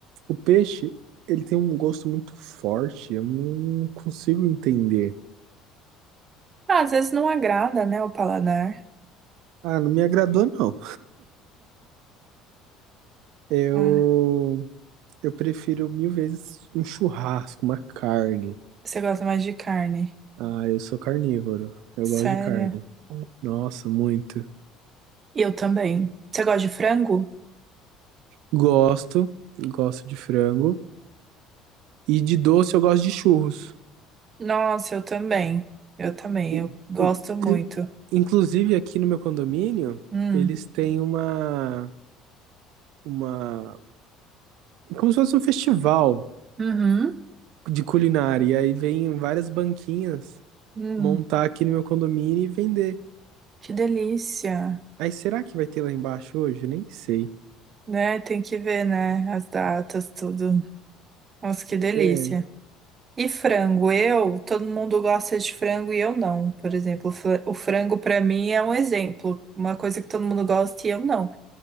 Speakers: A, on the right (about 75°); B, on the right (about 35°).
A: O peixe, ele tem um gosto muito forte, eu não consigo entender.
B: Ah, às vezes não agrada, né, o paladar.
A: Ah, não me agradou, não. Eu,
B: Ah,
A: eu prefiro mil vezes um churrasco, uma carne.
B: você gosta mais de carne.
A: Ah, eu sou carnívoro, eu
B: Sério.
A: gosto de carne. Nossa, muito.
B: Eu também. Você gosta de frango?
A: Gosto, gosto de frango. E de doce eu gosto de churros.
B: Nossa, eu também. Eu também.
A: I-
B: Eu gosto
A: in-
B: muito.
A: clu- Inclusive aqui no meu condomínio,
B: Hum.
A: eles têm uma, uma, como se fosse um festival
B: Uhum.
A: de culinária. E aí vem várias banquinhas
B: Hum.
A: montar aqui no meu condomínio e vender.
B: Que delícia.
A: Aí será que vai ter lá embaixo hoje? Nem sei.
B: Né? Tem que ver, né? As datas, tudo. Nossa, que delícia.
A: É,
B: E frango? Eu, todo mundo gosta de frango e eu não. Por exemplo, o fra- o frango pra mim é um exemplo. Uma coisa que todo mundo gosta e eu não.